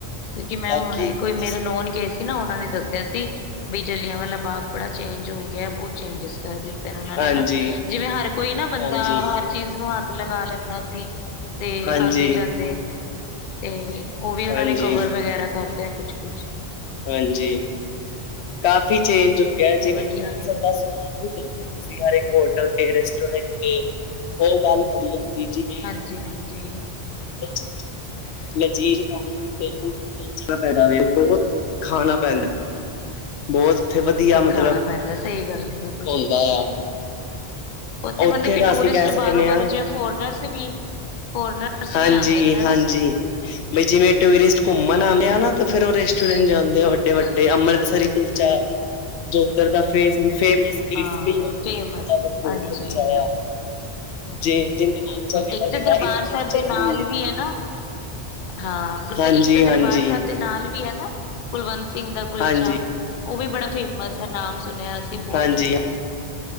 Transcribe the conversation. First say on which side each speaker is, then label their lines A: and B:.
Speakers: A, on the left (about 55°); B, on the left (about 85°).
A: ਕਿਓਂਕਿ ਮੈਂ
B: ਬਾਕੀ
A: ਹੁਨੇ ਕੋਈ
B: ਤੁਸੀਂ-
A: ਮੇਰੇ ਨੋਨ ਗਏ ਸੀ। ਕੀ ਨਾ ਓਨਾਂ ਨੇ ਦੱਸਿਆ ਸੀ ਵੀ ਜਲਿਆਂ ਵਾਲਾ ਬਾਗ ਬੜਾ ਚੇਂਜ ਹੋ ਗੇਆ ਬਹੁ ਚੇਂਜਿਸ ਕਰ ਦਿੱ ਫੇਰ ਓਨਾਂ ਨੇ
B: ਹਾਂਜੀ,
A: ਨਾ ਜਿਵੇਂ ਹਰ ਕੋਈ ਨਾ ਬੰਦਾ
B: ਹਾਂਜੀ।
A: ਹਰ ਚੀਜ਼ ਨੂੰ ਹੱਥ ਲਗਾ ਲੈਂਦਾ ਸੀ ਤੇ
B: ਹਾਂਜੀ,
A: ਆਂਦੇ ਜਾਂਦੇ ਤੇ ਓ ਵੀ ਓਨਾਂ
B: ਹਾਂਜੀ,
A: ਨੇ ਕਵਰ ਵਗੈਰਾ ਕਰਤਾ ਐ ਕੁਛ-ਕੁਛ।
B: ਹਾਂਜੀ, ਕਾਫੀ ਚੇਂਜ ਹੋ ਗੇਆ
A: ਅਤੇ
B: ਜਿਵੇਂ
A: ਵਧੀਆ
B: ਅੰਮ੍ਰਿਤਸਰ
A: ਕਹਿੰਦੇ
B: ਦਾ ਸਮਾਨ ਦੇਖ ਲੋ ਤੁਸੀਂ ਹਰੇਕ ਹੋਟਲ ਤੇ ਰੈਸਟੋਰੈਂਟ ਤੇ ਓ ਗੱਲ ਕਰੀਏ ਅਸੀਂ ਜਿਵੇਂ
A: ਹਾਂਜੀ-ਹਾਂਜੀ।
B: ਲਜ਼ੀਰ, ਲਜ਼ੀਰ ਖਾਨ ਵਸਤੇ ਪੂਰੀ ਦੁਨੀਆ ਜਾਨਾ ਪੈਦਾ ਵੇ,
A: ਹਾਂ
B: ਬੋਤ ਖਾਨਾ ਪੈਂਦਾ। ਬੋਤ ਓਥੇ ਵਦੀਆ
A: ਖਾਣਾ
B: ਮਤਲਬ,
A: ਪੈਂਦਾ ਸਹੀ ਗੱਲ ਹੈ ਬਿਲਕੁਲ
B: ਹੁੰਦਾ ਆ।
A: ਓਥੇ
B: ਉੱਥੇ
A: ਮਤਲਬ ਵੀ
B: ਦਾ
A: ਟੂਰਿਸਟ
B: ਅਸੀਂ ਕਹਿ
A: ਬਾਰੋਂ-ਬਾਰੋਂ
B: ਸਕਦੇ ਹਾਂ
A: ਜਿਵੇਂ ਫੋਰਨਸ ਵੀ ਫੋਰਨਰਸ
B: ਹਾਂਜੀ-ਹਾਂਜੀ।
A: ਵੀ ਆਉਂਦੇ ਨੇ ਹਨਾ
B: ਬਈ ਜਿਵੇਂ ਟੂਰਿਸਟ ਘੁੰਮਨ ਆਂਦੇ ਆ ਨਾ ਤਾਂ ਫਿਰ ਓ ਰੈਸਟੋਰੈਂਟ ਜਾਂਦੇ ਆ ਵੱ- ਵੱਡੇ-ਵੱਡੇ
A: ਹਾਂਜੀ
B: ਅੰਮ੍ਰਿਤਸਰੀ ਕੁਲਚਾ ਜੋ ਓਦਰ ਦਾ ਫੇਸ ਫੇਮਸ ਕ੍ਰਿਸਪੀ
A: ਹਾਂ
B: ਔਰ ਮੱਖਨ
A: ਫੇਮਸ
B: ਦਾ ਭਰਪੂਰ
A: ਹਾਂਜੀ
B: ਕੁਲਚਾ ਜੇ ਜਿਹਦੇ ਨਾਲ ਚਨੇ
A: ਏਕ
B: ਵਗੈਰਾ
A: ਤੇ ਦਰਬਾਰ
B: ਇਮਲੀ
A: ਸੈਬ
B: ਦੀ ਚਟਨੀ
A: ਦੇ ਨਾ ਨਾਲ ਵੀ ਐ ਨਾ। ਹਾਂ, ਗੁਰ
B: ਹਾਂਜੀ,
A: ਇੱਕ ਤੇ ਦਰਬਾਰ
B: ਹਾਂਜੀ,
A: ਸੈਬ ਦੇ ਨਾਲ ਵੀ ਹੈ ਨਾ। ਕੁਲਵੰਤ ਸਿੰਘ ਦਾ ਕੁਲਚਾ।
B: ਹਾਂਜੀ,
A: ਓਵੀ ਬੜਾ ਫੇਮਸ ਐ ਨਾਮ ਸੁਨੇਆ ਅਸੀ ਬੋਤ।
B: ਹਾਂਜੀ,